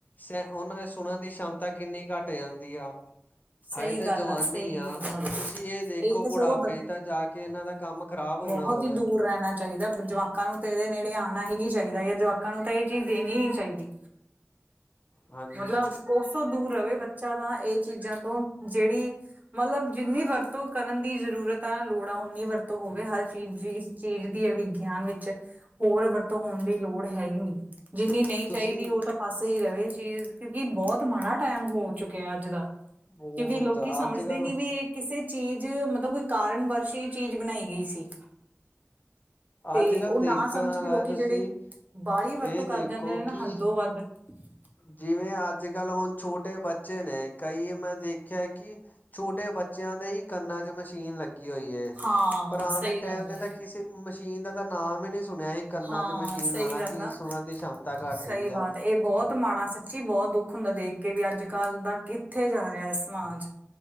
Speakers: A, on the left (about 35°); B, on the right (about 35°).
A: ਸ ਉਹਨਾਂ ਦੇ ਸੁਣਨ ਦੀ ਸ਼ਨਤਾਂ ਕਿੰਨੀ ਘੱਟ ਜਾਂਦੀ ਆ।
B: ਸਹੀ
A: ਹਜੇ ਤਾਂ
B: ਗੱਲ
A: ਜਵਾਨੀ
B: ਸਹੀ
A: ਆ
B: ਗੱਲ
A: ਤੁਸੀਂ ਏ ਦੇਖੋ
B: ਇਹ ਤਾਂ
A: ਬੁਢਾਪੇ
B: ਸਗੋਂ
A: 'ਚ ਤਾਂ ਜਾ ਕੇ ਏਨਾਂ ਦਾ ਕੰਮ ਖ਼ਰਾਬ ਹੋਣਾ।
B: ਬੋਹਤ
A: ਹੋਰ
B: ਈ ਦੂਰ ਰੈਣਾ ਚਾਈਦਾ ਜਵਾਕਾਂ ਨੂੰ ਤਾਂ ਏਦੇ ਨੇੜੇ ਆਣਾ ਹੀ ਨਈ ਚਾਈਦਾ ਜਾਂ ਜਵਾਕਾਂ ਨੂੰ ਤਾਂ ਏ ਚੀਜ਼ ਦੇਣੀ ਨੀ ਚਾਈਦੀ।
A: ਹਾਂਜੀ
B: ਮਤਲਬ ਕੋਸੋ ਦੂਰ ਰਵੇ ਬੱਚਾ ਤਾਂ ਏ ਚੀਜ਼ਾਂ ਤੋਂ ਜਿਹੜੀ। ਮਤਲਬ ਜਿੰਨੀ ਵਰਤੋਂ ਕਰਨ ਦੀ ਜ਼ਰੂਰਤ ਆ ਲੋੜਾਂ ਉਨੀ ਵਰਤੋਂ ਹੋਵੇ ਹਰ ਚੀਜ਼ ਦੀ। ਚੀਜ਼ ਦੀ <unintelligible> ਵਿਗਿਆਨ ਵਿੱਚ ਹੋਰ ਵਰਤੋਂ ਹੋਣ ਦੀ ਲੋੜ ਹੈ ਹੀ ਨਹੀਂ। ਜਿੰਨੀ ਨਹੀਂ ਚਾਹੀਦੀ
A: ਤੁਸੀਂ
B: ਉਹ ਤਾਂ ਪਾਸੇ ਹੀ ਰਵੇ ਚੀਜ਼ ਕਿਉਂਕਿ ਬਹੁਤ ਮਾੜਾ ਟਾਈਮ ਹੋ ਚੁੱਕਿਆ ਅੱਜ ਦਾ।
A: ਬਹੁਤ
B: ਕਿਉਂਕਿ ਲੋਕੀਂ ਸਮਝਦੇ
A: ਅੱਜ ਕੱਲ
B: ਨੀ ਵੀ ਇਹ। ਕਿਸੇ ਚੀਜ਼ ਮਤਲਬ ਕੋਈ ਕਾਰਨ ਵਰਸ਼ ਚੀਜ਼ ਬਣਾਈ ਗਈ ਸੀ। ਤੇ
A: ਅੱਜ ਕੱਲ
B: ਉਹ
A: ਦੇਖਣ
B: ਨਾ ਸਮਝ
A: ਵਾਲਾ
B: ਕੇ ਲੋਕੀਂ
A: ਤੁਸੀਂ
B: ਜਿਹੜੀ ਬਾਲੀ ਵਰਤੋਂ
A: ਇਹ
B: ਕਰ
A: ਦੇਖੋ
B: ਜਾਂਦੇ ਨੇ ਨਾ
A: ਕਿ
B: ਹੱਦੋ ਵੱਧ। <unintelligible>
A: ਜਿਵੇਂ ਅੱਜ ਕੱਲ੍ਹ ਹੁਣ ਛੋਟੇ ਬੱਚੇ ਬੱਚੇ ਨੇ, ਕਈ ਮੈਂ ਦੇਖਿਆ ਕਿ ਛੋਟੇ ਬੱਚਿਆਂ ਦੇ ਹੀ ਕੰਨਾਂ ਤੇ ਮਸ਼ੀਨ ਲੱਗੀ ਹੋਈ ਹੈ,
B: ਹਾਂ
A: ਪੁਰਾਣੇ
B: ਸਹੀ
A: ਟਾਈਮ
B: ਗੱਲ
A: ਤੇ
B: ਆ
A: ਤਾਂ ਕਿਸੇ ਮਸ਼ੀਨ ਦਾ ਤਾਂ ਨਾਮ ਹੀ ਨਹੀਂ ਸੁਣਿਆ ਸੀ, ਹੀ ਕੰਨਾਂ
B: ਹਾਂ
A: ਚ ਮਸ਼ੀਨ
B: ਸਹੀ
A: ਲਾਉਣਾ
B: ਗੱਲ
A: ਕਿ
B: ਆ
A: ਸੁਨਣ ਦੀ ਸ਼ਮਤਾ ਘੱਟ
B: ਸਹੀ
A: ਗਈ
B: ਬਾਤ
A: ਆ।
B: ਇਹ ਬਹੁਤ ਮਾੜਾ ਸੱਚੀ ਬਹੁਤ ਦੁੱਖ ਹੁੰਦਾ ਦੇਖ ਕੇ ਵੀ ਅੱਜ ਕੱਲ੍ਹ ਦਾ ਕਿੱਥੇ ਜਾ ਰਿਹਾ ਹੈ ਸਮਾਜ